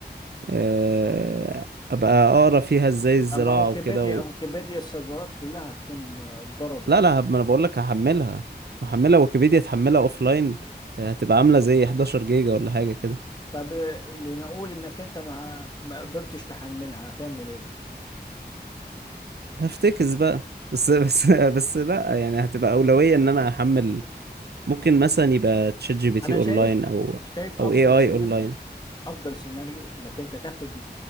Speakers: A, on the right (about 70°); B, on the left (about 25°).
A: آه، أبقى أقرأ فيها إزاي الزراعة
B: اما ويكيبيديا
A: وكده
B: ويكيبيديا السيرفرات كلها هتكون آه، اتضربت
A: لا لا هب- ما انا بقول لك هحملها هحملها ويكيبيديا تحملها اوف لاين هتبقى عامله زي 11 جيجا ولا حاجه كده
B: طب آه، لنقول انك انت ما ما قدرتش تحملها هتعمل ايه
A: هفتكس بقى بس بس <laughs> بس لا يعني هتبقى اولويه ان انا احمل ممكن مثلا يبقى تشات جي بي تي
B: انا
A: اونلاين
B: شايف
A: او
B: شايف افضل
A: او اي اي
B: سيناريو
A: اونلاين
B: افضل سيناريو انك انت تاخد